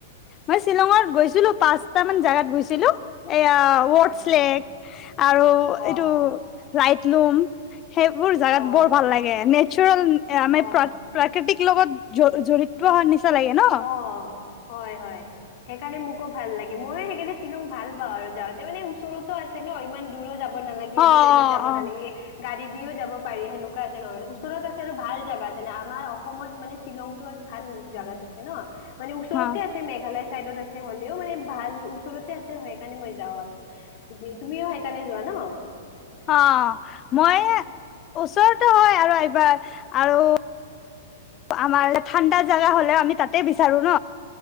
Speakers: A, on the left; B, on the left.
A: মই শ্বিলঙত গৈছিলো পাঁচট মান জাগাত গৈছিলো। এয়া ৱৰ্ডছলেক
B: আচ্ছা
A: আৰু
B: অ
A: এইটো। লাইটলুম। সেইবোৰ জাগাত
B: অ
A: বৰ ভাল লাগে নেচাৰেল এহ ', আমি
B: অ অ
A: প্ৰাকৃতিক লগত জড়িত নিচিনা। নিচিনা লাগে নহ
B: অ হয় - হয় সেইকাৰণে মোক ভাল লাগে ময়ো সেইকাৰে শ্বিলং ভাল পাওঁ আৰু যাওঁতে মানে ওচৰতো আছে ন ইমান দূৰো যাব নালে
A: অ
B: ট্ৰেইনত যাব
A: অ অ
B: নালাগে। গাড়ী দিওঁ যাব পাৰি সেনেকুৱা আছে নহয় ওচৰত আছে আৰু ভাল জাগা আছে নে আমাৰ অসমত মানে শ্বিলংতটো আৰু ভাল জাগাটো। ন -ন মানে ওচৰতে
A: অ
B: আছে মেঘালয়। চাইদত আছে হলেওঁ মানে ভাল ওচৰতে আছে সেইকাৰণে মই যাওঁ আৰু তুমিও সেইকাৰণে যোৱা ন।
A: অহ ', মই ওচৰতো হয় আৰু এইবাৰ আৰু আমাৰ ঠাণ্ডা জাগা হলেওঁ আমি তাতে বিচাৰো ন